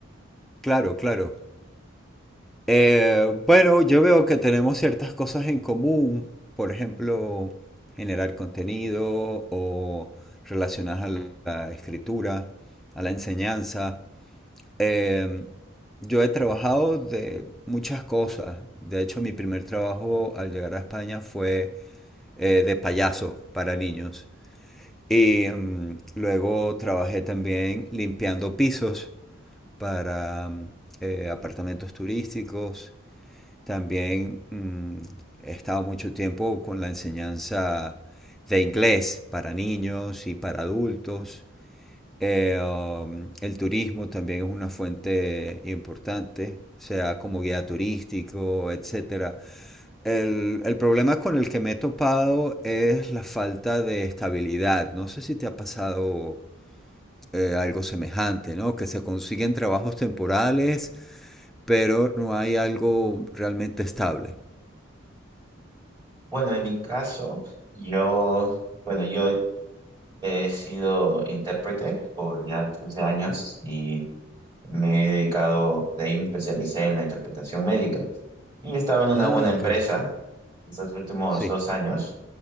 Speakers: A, in the centre; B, on the right.
A: claro, claro. Eh, bueno, yo veo que tenemos ciertas cosas en común, por ejemplo, generar contenido o relacionadas a la la escritura, a la enseñanza. Em, yo he trabajado de muchas cosas. De hecho, mi primer trabajo al llegar a España fue eh, de payaso para niños. Y mm, luego trabajé también limpiando pisos para mm, eh, apartamentos turísticos. También mm, he estado mucho tiempo con la enseñanza de inglés para niños y para adultos. Eh, um, el turismo también es una fuente importante, sea como guía turístico, etcétera. El, el problema con el que me he topado es la falta de estabilidad. No sé si te ha pasado eh, algo semejante, ¿no? Que se consiguen trabajos temporales, pero no hay algo realmente estable.
B: Bueno, en mi caso, yo, bueno, yo he sido intérprete por ya 13 años y me he dedicado, de ahí me especialicé en la interpretación médica. Y estaba en una
A: Ah,
B: buena empresa
A: qué bien.
B: estos últimos
A: Sí,
B: dos años,